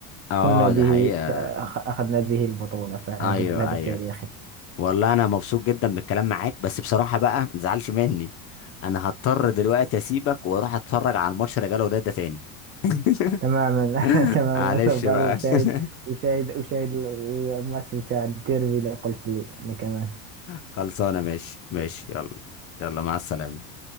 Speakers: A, on the left; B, on the right.
A: اه
B: كنا به
A: ده حقيقه
B: تأخ- أخذنا به البطولة فهذا
A: ايوه
B: الهدف
A: ايوه
B: تاريخي
A: والله انا مبسوط جدا بالكلام معاك بس بصراحه بقى ما تزعلش مني انا هضطر دلوقتي اسيبك واروح اتفرج على الماتش رجاله وداد ده تاني <laughs>
B: تماما <laughs> تماما
A: معلش
B: سوف
A: بقى
B: أشاهد
A: <laughs>
B: أشاهد أشاهد الماتش بتاع الديربي اللي قلت لي أنا كمان
A: خلصانة ماشي ماشي يلا يلا مع السلامة